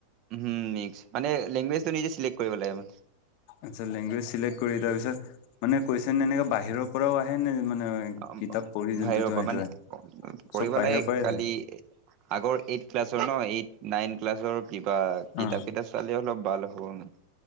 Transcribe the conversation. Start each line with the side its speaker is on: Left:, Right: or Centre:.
Right: উহ নিচ লেংগুৱেজটো নিজে চিলেক্ট কৰিব লাগে মানে
Left: আচ্ছা লেংগুৱেজ চিলেক্ট কৰি তাৰপিছত মানে কৈছন এনেকে বাহিৰৰ পৰাও আহে নে মানে
Right: অ
Left: কিতাপ পঢ়ি যোনটো
Right: বাহিৰৰপৰা
Left: যোৱা
Right: পৰা
Left: সেইটো
Right: মানে
Left: আহে?
Right: কৰিব
Left: চব বাহিৰৰ
Right: লাগে
Left: পৰাই
Right: কালি
Left: থাকে
Right: আগৰ এইট ক্লাছৰ ন এইট নাইন ক্লাছৰ কিবা কিতাপ
Left: অ
Right: কিতাপ চালে অলপ ভাল হ'ব মানে